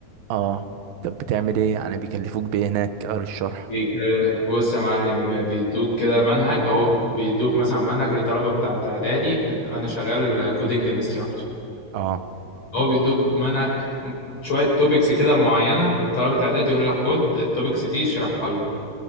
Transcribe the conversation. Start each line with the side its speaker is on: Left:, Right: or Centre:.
Right: اه طب بتعمل ايه يعني بيكلفوك بايه هناك قاري الشرح
Left: بيكل- بص يا معلم بيدوك كده منهج اهو بيدوك مثلا منهج لطلبه بتاعت اعدادي انا شغال كودنج انستراكتور
Right: اه
Left: هو بيدوك منع شوية توبكس كده معينة لطلبة إعداد يقول لك خد التوبكس دي اشرحها لهم